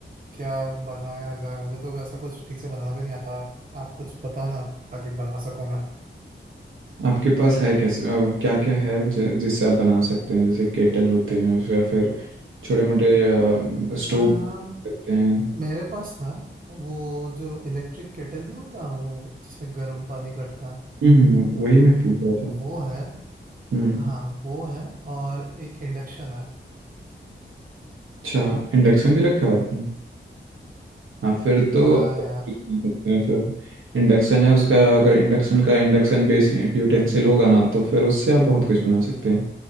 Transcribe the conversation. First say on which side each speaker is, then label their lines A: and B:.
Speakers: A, on the right; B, on the right.
A: क्या बनाया जाए मुझे तो वैसा कुछ ठीक से बनाना भी नहीं आता आप कुछ बताओ ना ताकि बना सकूँ मैं
B: आपके पास है कैसे क्या क्या है ज- जिससे आप बना सकते हैं जैसे केटल होते हैं या फिर छोटे मोटे स्टोव
A: हाँ,
B: रखते हैं
A: मेरे पास ना वो जो इलेक्ट्रिक केटल नहीं होता वो जिसमें गर्म पानी करता है
B: हम्म वही मैं पूछ रहा था
A: वो है
B: हम्म
A: हाँ वो है और एक इंडक्शन है
B: अच्छा इंडक्शन भी रखा है आपने हाँ फिर तो
A: हाँ
B: आप
A: यार
B: कुछ नहीं सकते हैं फिर इंडक्शन है उसका अगर इंडक्शन का इंडक्शन बेस यूटेंसिल होगा ना तो फिर उससे आप बहुत कुछ बना सकते हैं